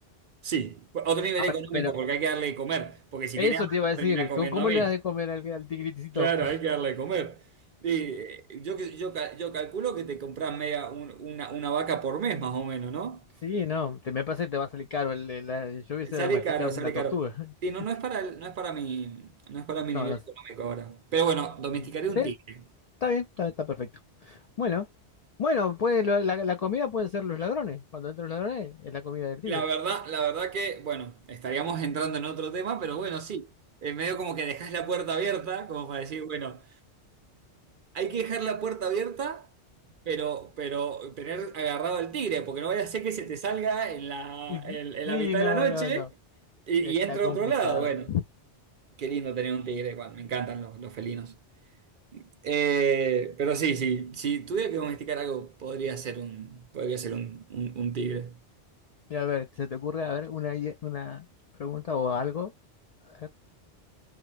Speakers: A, on the right; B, on the left.
A: Sí, a otro nivel
B: Ahora,
A: económico,
B: pero
A: porque hay que darle de comer, porque si
B: eso
A: tiene hambre
B: te iba
A: va
B: a decir.
A: a terminar comiendo
B: ¿Cómo, cómo
A: a mí.
B: le das de comer al, al tigritecito?
A: Claro, hay que darle de comer. Y, eh, yo, yo, ca- yo calculo que te compras media, un- una, una vaca por mes más o menos, ¿no?
B: Sí, no. Te, me parece que te va a salir caro. el- el- la- yo hubiese
A: Sale
B: domesticado
A: caro, sale
B: una tortuga.
A: caro. Sí,
B: <laughs>
A: no, no es para, el- no es para mi, no es para mi
B: No,
A: nivel
B: no.
A: económico
B: sé.
A: ahora. Pero bueno, domesticaré
B: Sí,
A: un
B: Está
A: tigre.
B: bien, está, está perfecto. Bueno, bueno, puede, lo- la, la comida pueden ser los ladrones. Cuando entran los ladrones, es la comida del tigre.
A: La verdad, la verdad que, bueno, estaríamos entrando en otro tema, pero bueno, sí. En medio como que dejas la puerta abierta, como para decir, bueno, Hay que dejar la puerta abierta, pero, pero tener agarrado al tigre, porque no vaya a ser que se te salga en la,
B: Y-
A: en, en
B: Sí,
A: la mitad
B: no,
A: de la noche
B: no, no.
A: y,
B: Está
A: y entra
B: complicado.
A: a otro lado. Bueno, qué lindo tener un tigre, igual, me encantan los, los felinos. Eh, pero sí, sí, si tuviera que domesticar algo, podría ser un, podría ser un, un- un tigre.
B: Mira, A ver, ¿se te ocurre, a ver, una, idea- una pregunta o algo? A ver.